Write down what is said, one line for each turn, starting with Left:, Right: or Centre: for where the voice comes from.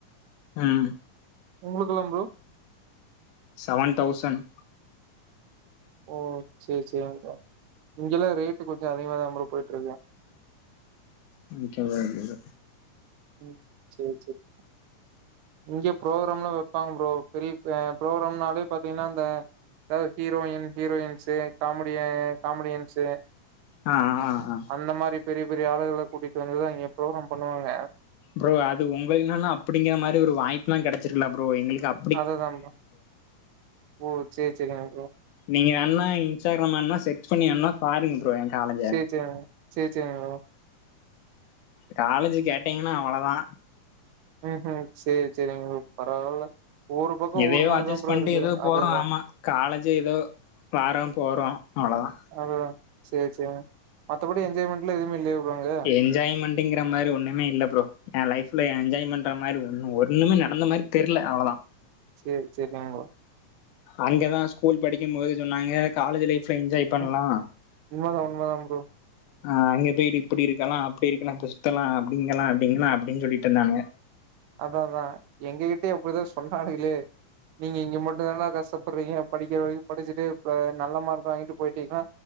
Left: ம்
Right: உங்களுக்குலா ப்ரோ
Left: சவன் தௌசண்
Right: ஓ சேரி சேரிங்க ப்ரோ இங்கெல்லா ரேட்டு் கொஞ்சோ அதிகமாதான் ப்ரோ போய்ட்ருக்கு
Left: இன்னிக்கி எவுளோன் தெரில
Right: ம் சேரி சேரி இங்க புரோக்ராம்லா வப்பாங்க ப்ரோ பெரிய அ புரோகுராம்னாலே பாத்தீங்கனா அந்த எதாவ்து ஹீரோயின் ஹீரோயன்ஸு காமெடிய காமெடியன்ஸு
Left: ஆ ஆ ஆ
Right: அந்த மாரி பெரிய பெரிய ஆளுகள கூட்டிட்டு வந்துதா இங்க புரோக்ராம் பண்ணுவாங்க
Left: ப்ரோ அது உங்கள்லனா அப்டிங்கிற மாரி ஒரு வாய்ப்புலா கெடைச்சிருக்குல ப்ரோ எங்களுக்கு அப்
Right: அததான் ப்ரோ ஓ சேர் செரிங்க ப்ரோ
Left: நீங்க அண்ணா இன்ஸ்டாகிராம் வேணா செக் பண்ணி வேணா பாருங்க ப்ரோ என் காலேஜை
Right: சேர் சே சேர் செரிங்க ப்ரோ
Left: காலேஜு கேட்டீங்னா அவுளோதா
Right: ம் ம் செரி செரிங்க ப்ரோ பரவால்ல ஒவ்வொரு பக்கோ
Left: எதயோ
Right: ஒவ்வொரு மாரிதா
Left: அட்ஜஸ்ட்
Right: ப்ரோ
Left: பண்ணிட்டு
Right: இருக்குது
Left: ஏதோ போறோ
Right: அததா
Left: ஆமா காலேஜ் ஏதோ வாறோம் போறோம் அவ்ளோதா
Right: அதா செரி செரி மத்தபடி என்ஜாய்மெண்ட்லா எதுவுமே இல்லய ப்ரோ அங்க
Left: என்ஜாய்மெண்ட்ங்கற மாரி ஒண்ணுேமே இல்ல ப்ரோ என் லைஃப்ல என்ஜாய் பண்ற மாரி ஒன்ன ஒன்னுமே நடந்த மாரி தெர்ல அவ்வளவுதா
Right: செரி செரி ஆமா
Left: அங்கதான் ஸ்கூல் படிக்கும் போதே சொன்னாங்க காலேஜ் லைஃப் ப்ப என்ஜாய் பண்லாம்
Right: ம். உண்மதா உண்மதா ப்ரோ
Left: ஆ அங்க போயி்ட்டு இப்டி இருக்கலாம் அப்டி இருக்கலாம் இப்டி சுத்தலாம் அப்டிங்கலாம் அப்டிங்களாம் அப்டின்னு சொல்லிட்டுருந்தாங்க
Right: அதாதா எங்ககிட்டயு அப்டிதா சொன்னாங்களே நீங்க இங்க மட்டும் தானா கஷ்டப்படுறீங்க படிக்கற வர படிச்சுட்டு நல்ல மார்க் வாங்கிட்டு போயிட்டீங்கன்னா